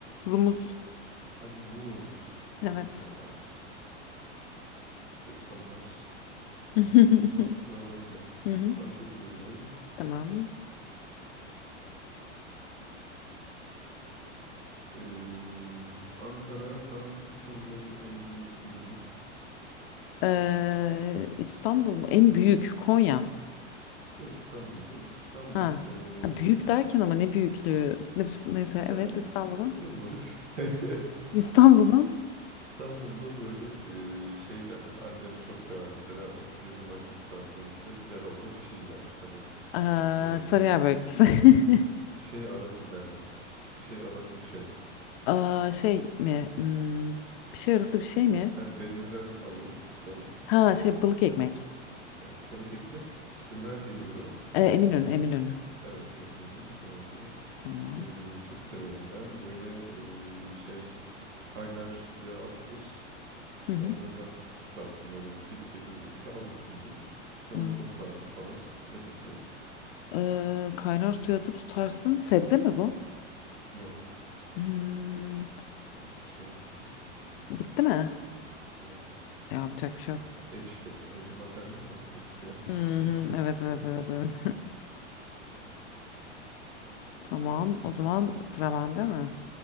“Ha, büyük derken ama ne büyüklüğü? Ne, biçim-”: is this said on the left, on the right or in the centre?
Left